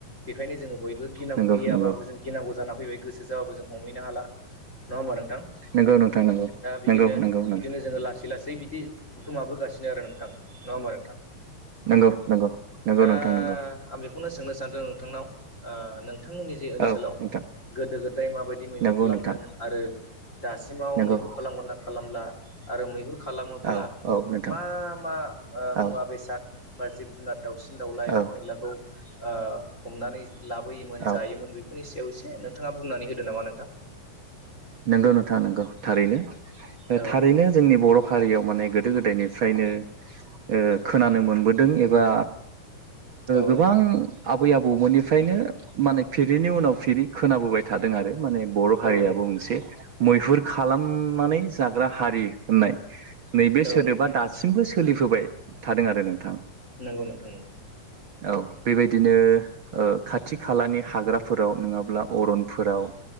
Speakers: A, on the left (about 25°); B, on the right (about 75°).
A: बेखायनो जोङो बयबो गिनांगौ
B: नंगौ
A: गैयाबाबो
B: नंगौ
A: जों गिनांगौ जाना फैबाय। गोसो जाबाबो जों हमैनो हाला नङा होमबा नों थां?
B: नंगौ नोंथां नंगौ
A: दा बिदिनो
B: नंगौ नंगौ नंगौ
A: बिदिनो जोङो लासै लासै जै बिदि गोमाबोगासिनो आरो नोंथां नङा होमबा नोंथां?
B: नंगौ नंगौ
A: दा
B: नोंथां नंगौ
A: आं बेखौनो सोंनो सानदों नोंथांनाव ओ नोंथांमोननि जे ओनसोलाव
B: औ नोंथां
A: गोदो गोदाय माबायदि मैहुर
B: नंगौ
A: खालामदों
B: नोंथां
A: आरो दासिमाव
B: नंगौ
A: मैहुर खालामगोना खालामला आरो मैहुर खालामोब्ला
B: औ औ नोंथां
A: मा मा ओ
B: औ
A: मुवा बेसाद बा जिब जुनार दाउसिन दाउला एम्फौ
B: औ
A: एनलाखौ ओ हमनानै लाबोयोमोन
B: औ
A: जायोमोन बेफोरनि सायाव एसे नोंथाङा बुंनानै होदो नामा नोंथां?
B: नंगौ नोंथाङा नंगौ थारैनो
A: औ
B: थारैनो
A: नोंथां
B: जोंनि बर' हारियाव माने गोदो गोदायनिफ्रायनो ओ खोनानो मोनबोदों एबा
A: औ
B: गोबां
A: नोंथां
B: आबै आबौमोननिफ्रायनो माने फिरिनि उनाव फिरि खोनाबोबाय थादों आरो माने बर'
A: औ
B: हारियाबो
A: नोंथां
B: मोनसे मैहुर खालामनानै जाग्रा हारि होननाय। नैबे
A: औ
B: सोदोबा
A: नोंथां नंगौ
B: दासिमबो सोलिफोबाय थादों आरो नोंथां।
A: नोंगौ नोंथां नंगौ।
B: औ बेबायदिनो ओ खाथि - खालानि हाग्राफोराव नङाब्ला अरनफोराव